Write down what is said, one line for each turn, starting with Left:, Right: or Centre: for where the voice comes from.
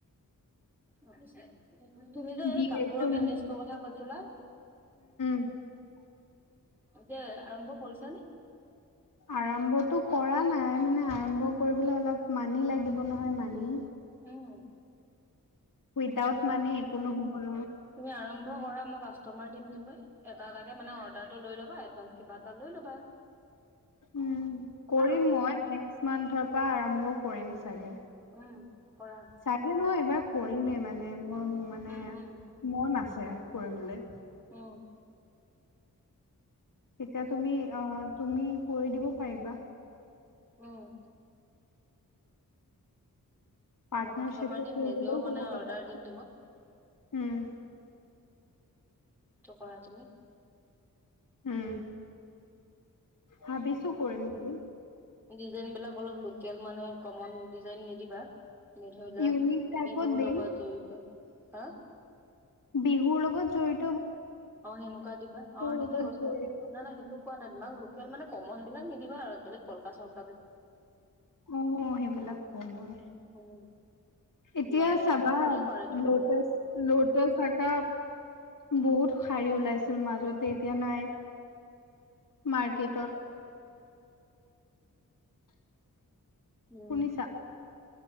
Centre: তুমি যে
Left: গিৰিয়েকটো
Centre: এই কাপোৰৰ
Left: মানে
Centre: বিজনেচটোৰ কথা কৈছিলা?
Left: <unintelligible>
Centre: এতিয়া আৰম্ভ কৰিছো।
Left: আৰম্ভতো কৰা নাই মানে আৰম্ভ কৰিবলৈ অলপ মানি লাগিব নহয় মানি।
Centre: উম।
Left: উইদাউট মানি একো নহ'ব নহয়
Centre: তুমি আৰম্ভ কৰা। মোক আছ কাষ্টমাৰ দিম তুমি। এটা এটাকে মানে অৰ্ডাৰটো লৈ ল'বা। এডভান্স কিবা এটা লৈ ল'বা।
Left: উম কৰিম
Centre: হা
Left: মই। নেক্স মান্থৰ পৰা আৰম্ভ কৰিম চাগে।
Centre: উম। কৰা
Left: চাগে নহয় এবাৰ কৰিমেই মানে মই মানে
Centre: উম উম
Left: মন আছে। কৰিবলৈ।
Centre: উম।
Left: তেতিয়া তুমি আহ তুমি কৰি দিব পাৰিবা।
Centre: উম।
Left: পাৰ্টনাৰশ্বিপত
Centre: মই কাষ্টমাৰ দিম
Left: হৈ
Centre: নিজেও
Left: গ'লেও কোনো
Centre: মানে
Left: কথা
Centre: অৰ্ডাৰ
Left: নাই।
Centre: দিম তোমাক।
Left: উম,
Centre: ত কৰা তুমি।
Left: উম। ভাবিছো কৰিম বুলি।
Centre: ডিজাইনবিলাক অলপ লোকেল মানে, কমন ডিজাইন নিদিবা। এনে ধৰি লোৱা
Left: ইউনিক টাইপত
Centre: বিহুৰ
Left: দিম।
Centre: লগত জড়িত। হা।
Left: বিহুৰ লগত জৰিত
Centre: অ' সেনেকুৱা দিবা। অ' সেইটোৱে
Left: লগত
Centre: কৈছো।
Left: জড়িত।
Centre: নাই নাই সেইটো কোৱা নাই তোমাক। লোক কেল মানে কমনবিলাক নিদিবা আৰু কলকা-চলকা
Left: অ' সেইবিলাক কমন।
Centre: উম
Left: এতিয়া
Centre: মানে
Left: চাবা
Centre: ধেৰ কৰে টো ডিজাইন
Left: লোটচ-লোটচ একাপ। বহুত শাৰী ওলাইছিল মাজতে, এতিয়া নাই। মাৰ্কেটত।
Centre: উম।
Left: শুনিছা?